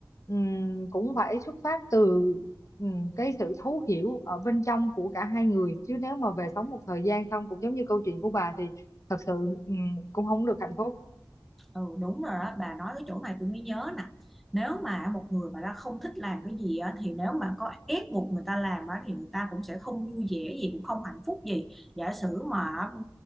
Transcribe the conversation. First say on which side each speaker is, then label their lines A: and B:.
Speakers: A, on the left; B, in the centre.
A: ừm, cũng phải xuất phát từ ừm, cái sự thấu hiểu ở bên trong của cả hai người chứ nếu mà về sống một thời gian xong cũng giống như câu chuyện của bà thì thật sự ừm, cũng không được hạnh phúc
B: Ừ đúng rồi đó bà nói cái chỗ này tôi mới nhớ nè nếu mà một người mà đã không thích làm cái gì á, thì nếu mà có ép buộc người ta làm á, thì người ta cũng sẽ không vui vẻ gì cũng không hạnh phúc gì giả sử mà ừ,